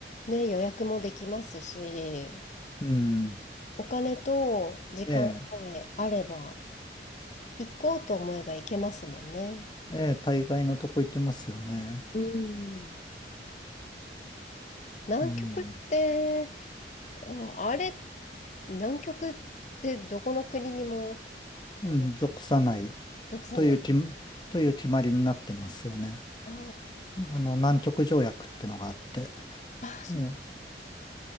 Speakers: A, on the left; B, on the left.
A: ね、予約もできますし、
B: うん、
A: お金と時間さえあれば、
B: ええ、
A: 行こうと思えば行けますもんね。
B: ええ、大概のとこ行けますよね。
A: うん南極って、
B: うん、
A: ああれ、南極ってどこの国にも、あの、
B: うん、属さない
A: 属さないの
B: というき、という決まりになってますよね。
A: あ
B: あの、南極条約ってのがあって、
A: あ、ああ、そうなんですか。
B: ええ